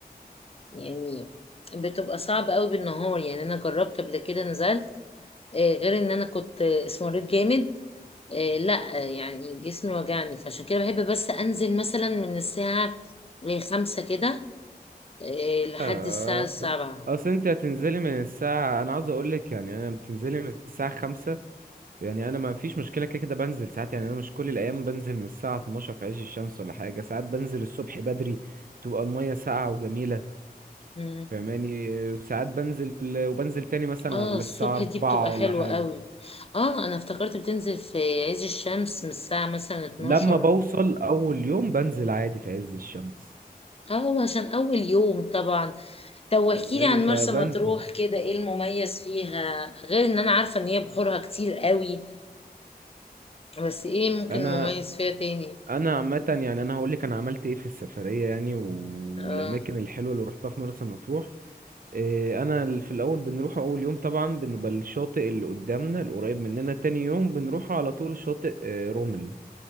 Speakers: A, on the left (about 35°); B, on the right (about 60°).
A: يعني بتبقى صعب قوي بالنهار يعني أنا جربت قبل كده نزلت آه، غير ان انا كنت آه، اسمريت جامد آه، لا آه، يعني جسمي وجعني فعشان كده بحب بس انزل مثلا من الساعة خمسة كده آه، لحد
B: آه،
A: الساعة
B: أصل
A: سبعة
B: أصل أنت هتنزلي من الساعة أنا عاوز أقولك يعني أنا بتنزلي من الساعة خمسة يعني أنا ما فيش مشكلة كده كده بنزل ساعات يعني أنا مش كل الأيام بنزل من الساعة 12 في عز الشمس ولا حاجة ساعات بنزل الصبح بدري تبقى المية ساقعة وجميلة
A: مم.
B: فاهماني ساعات بنزل وبنزل تاني مثلا
A: اه
B: على
A: الصبح
B: الساعة أربعة
A: دي بتبقى حلوة
B: ولا حاجة
A: قوي اه انا افتكرت بتنزل في عز الشمس من الساعة مثلا 12
B: لما بوصل أول يوم بنزل عادي في عز الشمس
A: اه عشان اول يوم طبعا طب واحكيلي
B: فاهماني
A: عن
B: فبنزل
A: مرسى مطروح كده ايه المميز فيها غير ان انا عارفة ان هي بحورها كتير قوي بس ايه ممكن
B: أنا
A: مميز فيها تاني
B: انا عامه يعني انا هقول لك انا عملت ايه في السفريه يعني والاماكن
A: اه
B: الحلوه اللي روحتها في مرسى مطروح إيه، انا ال- في الاول بنروح اول يوم طبعا بنبقى الشاطئ اللي قدامنا القريب مننا تاني يوم بنروح على طول شاطئ آه، رمل